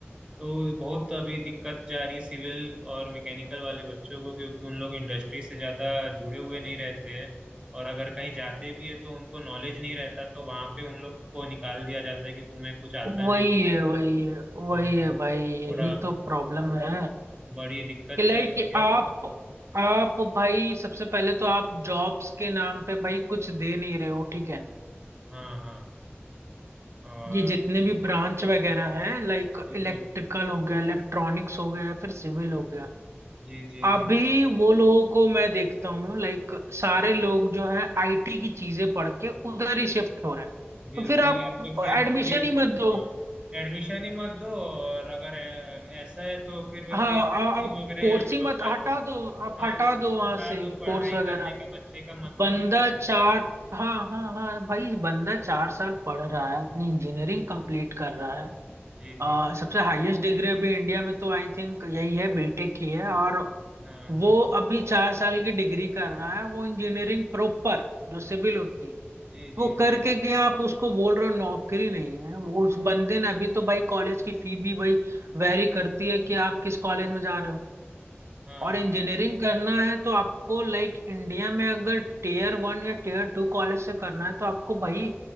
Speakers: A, on the right; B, on the right.
A: तो बहुत अभी दिक्कत जा रही है सिविल और मैकेनिकल वाले बच्चों को क्योंकि उन लोग इंडस्ट्री से ज़्यादा जुड़े हुए नहीं रहते हैं और अगर कहीं जाते भी है तो उनको नॉलेज नहीं रहता तो वहाँ पे उन लोग को निकाल दिया जाता है कि तुम्हें कुछ आता
B: वही
A: नहीं
B: है वही है वही
A: तो
B: है भाई यही
A: थोड़ा
B: तो प्रॉब्लम है
A: बड़ी दिक्कत
B: कि लाइक
A: चल रही
B: आप
A: है
B: आप भाई सबसे पहले तो आप जॉब्स के नाम पे भाई कुछ दे नहीं रहे हो ठीक है
A: हाँ हाँ और
B: ये जितने भी ब्रांच वगैरह हैं लाइक
A: बिल्कुल
B: इलेक्ट्रिकल हो गया इलेक्ट्रॉनिक्स हो गया फिर सिविल हो गया
A: जी जी
B: अभी
A: जी
B: वो लोगों को मैं देखता हूँ लाइक सारे लोग जो है आईटी की चीजें पढ़ के उधर ही शिफ्ट हो रहे हैं
A: बिल्कुल
B: तो फिर आप
A: या तो फिर
B: एडमिशन
A: फ्री
B: ही मत दो
A: हाँ एडमिशन ही मत दो और अगर ऐ- ऐसा है तो फिर वे
B: हाँ
A: फ्री
B: आ-
A: नर्सिंग
B: आप
A: वगैरह
B: कोर्स
A: या
B: ही
A: जो
B: मत
A: अदर
B: हटा दो आप
A: हाँ
B: हटा
A: वो सब
B: दो वहां
A: भंडार
B: से
A: तो पढ़ाई
B: कोर्स वगैरह
A: करने का बच्चे का मतलब
B: बंदा
A: ही नहीं रहता
B: चार
A: है
B: हाँ हाँ हाँ भाई बंदा चार साल पढ़ रहा है अपनी इंजीनियरिंग कंप्लीट कर रहा है
A: जी
B: अ,
A: जी
B: सबसे हाईएस्ट डिग्री अभी इंडिया में तो आई थिंक यही है बीटेक की है और
A: हाँ
B: वो
A: हाँ
B: अभी चार साल की डिग्री कर रहा है वो इंजीनियरिंग प्रॉपर जो सिविल होती है
A: जी जी
B: वो करके
A: जी
B: गया आप उसको बोल रहे हो नौकरी नहीं है वो उस बंदे ने अभी तो भाई कॉलेज की फी भी भाई वेरी करती है कि आप किस कॉलेज में जा रहे हो
A: हाँ
B: और इंजीनियरिंग करना है तो आपको लाइक इंडिया में अगर टीयर वन या टीयर टू कॉलेज से करना है तो आपको भाई